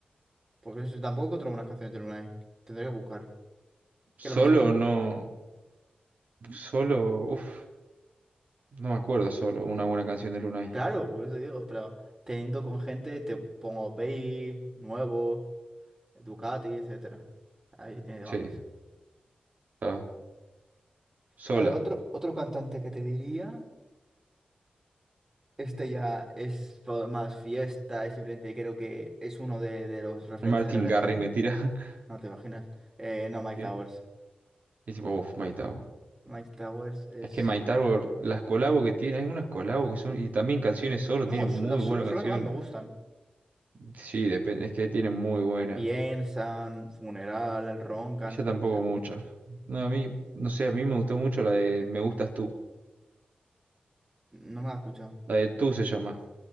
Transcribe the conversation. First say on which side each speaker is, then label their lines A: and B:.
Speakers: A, on the right; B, on the right.
A: Porque no sé, tampoco encontré buenas canciones de Lunay. Tendré que buscar.
B: Solo
A: Que la mayoría...
B: no. Solo. Uf. No me acuerdo solo. Una buena canción de Lunay.
A: Claro, por eso digo, pero teniendo con gente te pongo Baby, Nuevo, Ducati, etcétera. Ahí tiene temas.
B: Sí. claro. Sola.
A: Vale, otro, otro cantante que te diría, este ya es fa- más fiesta, y simplemente creo que es uno de, de los referentes
B: Martin
A: de reggaetón.
B: Garrix me tira. <laughs>
A: No te imaginas. Eh, no, Mike
B: ¿Qué?
A: Towers.
B: Y dice, uff, My Tower.
A: Mike Towers es.
B: Es que My Tower, las colabos que tiene, hay unas colabos que son, y también canciones solo,
A: No,
B: tiene muy
A: so- las
B: buena
A: solos
B: canción.
A: son las que más me gustan.
B: Sí, depende, es que tiene muy buena.
A: Piensan, Funeral, Roncan.
B: Ella tampoco
A: O sea,
B: muchas. No, a mí, no sé, a mí me gustó mucho la de Me gustas tú.
A: no me la he escuchado.
B: La de tú se llama.